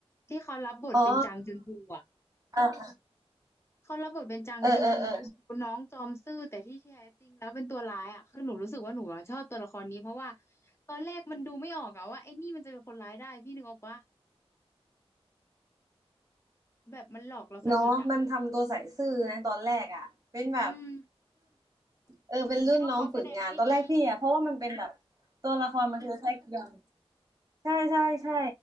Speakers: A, on the left; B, on the right.
A: ที่เขารับบทเป็นจางจุนฮูอะ
B: อ๋ออ่ะ
A: เขารับบทเป็นจางจุน
B: เออเออเออ
A: น้องจอมซื่อแต่ที่แท้จริงแล้วเป็นตัวร้ายอ่ะคือหนูรู้สึกว่าหนูอะชอบตัวละครนี้เพราะว่าตอนแรกมันดูไม่ออกอะว่าไอ้นี่มันจะเป็นคนร้ายได้พี่นึกออกปะแบบมันหลอกเราสนิทอ่ะ
B: เนาะมันทำตัวใส่ซื่อนะตอนแรกอ่ะเป็นแบบ
A: อืม
B: เออเป็นรุ่นน้องฝึกงานตอนแรกพี่อ่ะเพราะว่ามันเป็นแบบ
A: หนูคิดว่าเขาแสดงได้ดี
B: ตัวละครมันคือแท็กยอนใช่ใช่ใช่